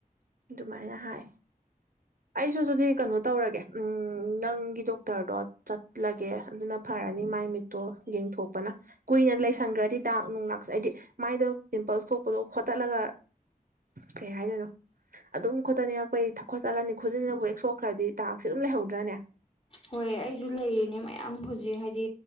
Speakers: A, on the right; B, on the left.
A: ꯑꯗꯨꯃꯥꯏꯅ ꯍꯥꯏ ꯑꯩꯁꯨ ꯑꯗꯨꯗꯤ ꯀꯩꯅꯣ ꯇꯧꯔꯒꯦ ꯎꯝ ꯅꯪꯒꯤ ꯗꯣꯛꯇꯔꯗꯣ ꯆꯠꯂꯒꯦ ꯑꯗꯨꯅ ꯐꯔꯅꯤ ꯃꯥꯏ ꯃꯤꯠꯇꯣ ꯌꯦꯡꯊꯣꯛꯄꯅ ꯀꯨꯏꯅ ꯂꯩꯁꯟꯈ꯭ꯔꯗꯤ ꯗꯥꯛ ꯅꯨꯡ ꯂꯥꯛꯁ ꯍꯥꯏꯗꯤ ꯃꯥꯏꯗ ꯄꯤꯝꯄꯜꯁ ꯊꯣꯛꯄꯗꯣ ꯈꯣꯠꯇꯠꯂꯒ ꯀꯩ ꯍꯥꯏꯗꯨꯅꯣ ꯑꯗꯨꯝ ꯈꯣꯠꯇꯠ ꯅꯤꯛꯉꯛꯄꯩ ꯈꯣꯠꯇꯠꯂꯅꯤ ꯈꯨꯖꯤꯟꯁꯤꯅꯕꯨ ꯍꯦꯛ ꯁꯣꯛꯈ꯭ꯔꯗꯤ ꯗꯛꯁꯦ ꯑꯗꯨꯝ ꯂꯩꯍꯧꯗ꯭ꯔꯅꯦ
B: ꯍꯣꯏ ꯑꯩꯁꯨ ꯂꯩꯔꯤꯅꯦ ꯃꯌꯥꯝ ꯍꯧꯖꯤꯛ ꯍꯥꯏꯗꯤ